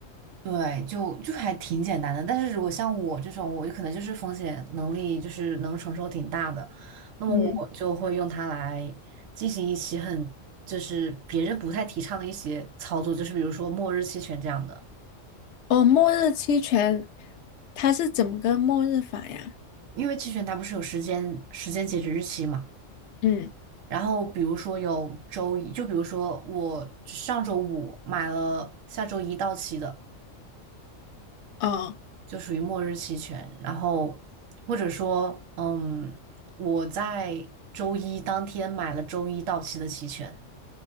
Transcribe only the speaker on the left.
<laughs>
嗯，
哦，末日期权它是怎么个末日法呀？
嗯，
哦，